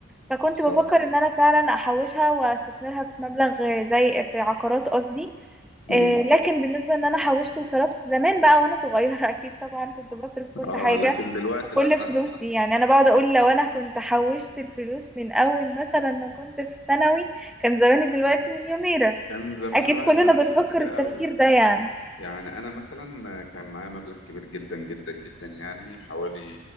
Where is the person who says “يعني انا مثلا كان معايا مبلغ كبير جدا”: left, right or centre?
Left